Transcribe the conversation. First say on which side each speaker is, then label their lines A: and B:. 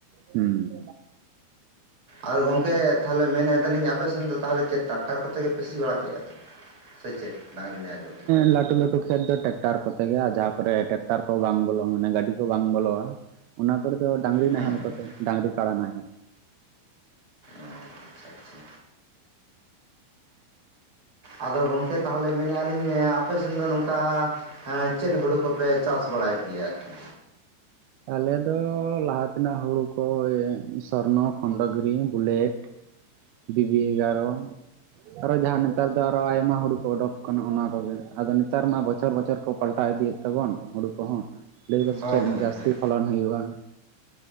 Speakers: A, on the right (about 80°); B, on the right (about 30°).
A: ᱦᱩᱸᱻ
B: ᱟᱫᱚ ᱜᱚᱢᱠᱮ ᱛᱟᱦᱚᱞᱮ ᱢᱮᱱᱮᱫ ᱫᱟᱞᱤᱧ ᱟᱯᱮ ᱥᱮᱱ ᱫᱚ ᱛᱟᱦᱚᱞᱮ ᱪᱮᱫ ᱴᱟᱠᱴᱟᱨ ᱠᱚᱛᱮ ᱜᱮ ᱯᱮ ᱥᱤ ᱵᱟᱲᱟ ᱠᱮᱫᱼᱟ ᱛᱚ ᱥᱮᱪᱮᱫ ᱰᱟᱝᱨᱤ ᱱᱟᱦᱮᱞ ᱠᱚᱛᱮ
A: ᱞᱟᱴᱩ ᱞᱟᱴᱩ ᱠᱷᱮᱛ ᱫᱚ ᱴᱨᱟᱠᱴᱟᱨ ᱠᱚᱛᱮ ᱜᱮ ᱟᱨ ᱡᱟᱦᱟᱸ ᱠᱚᱨᱮ ᱴᱨᱟᱠᱴᱟᱨ ᱠᱚ ᱵᱟᱝ ᱵᱚᱞᱚᱜ-ᱟ ᱢᱟᱱᱮ ᱜᱟᱹᱰᱤ ᱠᱚ ᱵᱟᱝ ᱵᱚᱞᱚᱜ-ᱟ ᱚᱱᱟ ᱠᱚᱨᱮᱫ ᱫᱚ ᱰᱟᱝᱨᱤ ᱱᱟᱦᱮᱞ
B: ᱦᱩᱸ ᱦᱩᱸ
A: ᱠᱚᱛᱮ ᱰᱟᱹᱟᱝᱨᱤ ᱠᱟᱬᱟ ᱱᱟᱦᱮᱞ
B: ᱚ ᱟᱪᱪᱷᱟ ᱟᱪᱪᱷᱟ ᱟᱫᱚ ᱜᱚᱢᱠᱮ ᱛᱟᱦᱚᱞᱮ ᱢᱮᱱᱮᱜ ᱟᱤᱧ ᱟᱯᱮ ᱥᱮᱱ ᱫᱚ ᱱᱚᱝᱠᱟ ᱪᱮᱫ ᱦᱩᱲᱩ ᱠᱚᱯᱮ ᱪᱟᱥ ᱵᱟᱲᱟᱭᱮᱫ ᱜᱮᱭᱟ ᱟᱨᱠᱤ
A: ᱟᱞᱮ ᱫᱚ ᱞᱟᱦᱟ ᱛᱮᱱᱟᱜ ᱦᱩᱲᱩ ᱠᱚ ᱥᱚᱨᱱᱚ ᱠᱷᱚᱱᱰᱚ ᱜᱤᱨᱤ ᱵᱩᱞᱮᱴ ᱵᱤᱵᱤ ᱮᱜᱟᱨᱚ ᱟᱨᱚ ᱡᱟᱦᱟᱸ ᱱᱮᱛᱟᱨ ᱫᱚ ᱟᱨᱚ ᱟᱭᱢᱟ ᱦᱩᱲᱩ ᱠᱚ ᱚᱰᱩᱠ ᱠᱟᱱᱟ ᱚᱱᱟ ᱠᱚᱜᱮ ᱟᱫᱚ ᱱᱮᱛᱟᱨ ᱢᱟ ᱵᱚᱪᱷᱚᱨ ᱵᱚᱪᱷᱚᱨ ᱠᱚ ᱯᱟᱞᱴᱟᱣ ᱤᱫᱤᱭᱮᱫ ᱛᱟᱵᱚᱱ ᱦᱩᱲᱩ ᱠᱚᱦᱚᱸ ᱞᱟᱹᱭ ᱫᱟ ᱥᱮ
B: ᱦᱳᱭ
A: ᱪᱮᱫ
B: ᱦᱳᱭ
A: ᱡᱟᱹᱥᱛᱤ
B: ᱦᱳᱭ
A: ᱯᱷᱚᱞᱚᱱ ᱦᱩᱭᱩᱜ-ᱟ